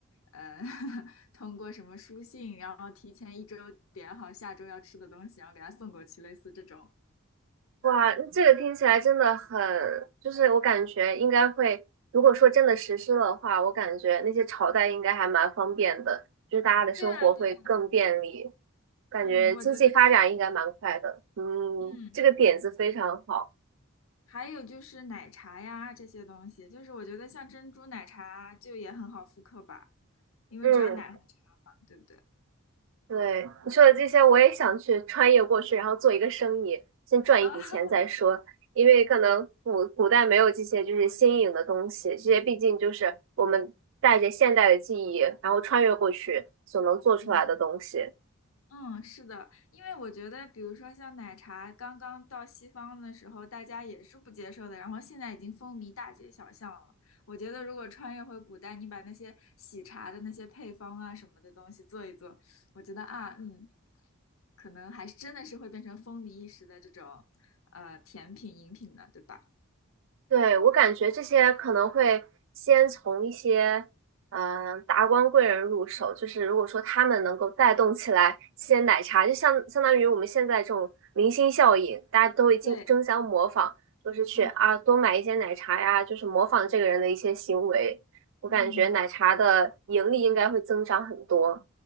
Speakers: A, on the left; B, on the right.
A: 呃，<laughs> 通过什么书信，然后提前一周点好下周要吃的东西，然后给他送过去，类似这种。
B: 哇，这个听起来真的很，就是我感觉应该会，如果说真的实施的话，我感觉那些朝代应该还蛮方便的，就是大家的生活会更便利，
A: 对啊，对啊，
B: 感觉经济发展应该蛮快的。
A: 嗯，我觉得是，
B: 嗯，
A: 嗯，
B: 这个点子非常好。
A: 还有就是奶茶呀这些东西，就是我觉得像珍珠奶茶就也很好复刻吧，因为只要奶和茶嘛，
B: 嗯，
A: 对不对？
B: 对，你说的这些，我也想去穿越过去，然后做一个生意，先赚一笔钱再说。
A: 啊，<laughs>
B: 因为可能古古代没有这些就是新颖的东西，
A: 对，
B: 这些毕竟就是我们带着现代的记忆，然后穿越过去所能做出来的东西。
A: 嗯嗯，是的，因为我觉得，比如说像奶茶刚刚到西方的时候，大家也是不接受的，然后现在已经风靡大街小巷了。我觉得，如果穿越回古代，你把那些喜茶的那些配方啊什么的东西做一做，我觉得啊，嗯，可能还是真的是会变成风靡一时的这种呃甜品饮品的，对吧？
B: 对，我感觉这些可能会先从一些嗯、呃达官贵人入手，就是如果说他们能够带动起来些奶茶，就相相当于我们现在这种明星效应，大家都已经争相模仿，
A: 对，
B: 就是去啊多买一些奶茶呀，
A: 嗯
B: 就是模仿这个人的一些行为。我感觉奶茶的盈利应该会增长很多。
A: 嗯。